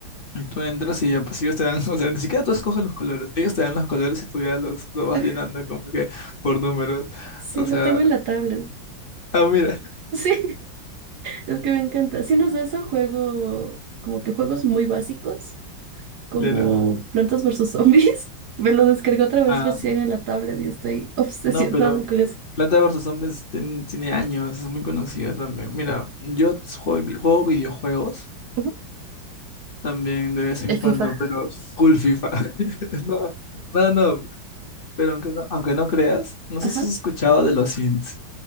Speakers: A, on the left; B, on the right.
A: Y tú entras y ya, pues ellos te dan, <laughs> o sea, ni siquiera tú escoges los colores, ellos te dan los colores y tú ya los, los vas
B: Ah,
A: llenando como que por números.
B: Sí,
A: O
B: lo
A: sea,
B: tengo en la tablet. <laughs>
A: ah, mira,
B: Sí, es que me encanta. Si no es de eso, juego como que juegos muy básicos. como
A: <laughs> claro.
B: Plantas versus Zombies. <laughs> Me lo descargué otra vez
A: Ah,
B: recién en la tablet y estoy obsesionada
A: no, pero
B: con eso.
A: Planta vs. Zombies tiene, tiene años, es muy conocida también. Mira, yo juego, vi- juego videojuegos
B: Ujú.
A: también de vez en
B: El
A: cuando,
B: FIFA.
A: pero full FIFA. <laughs> No, no, no, pero aunque no, aunque no creas, no sé
B: Ajá.
A: si has escuchado de los Sims.